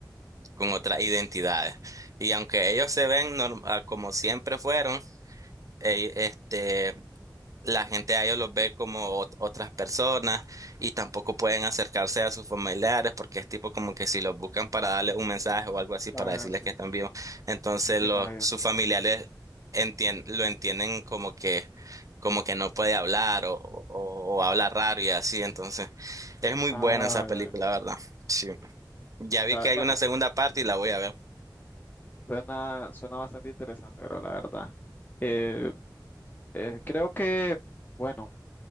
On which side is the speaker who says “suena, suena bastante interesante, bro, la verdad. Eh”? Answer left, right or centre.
Left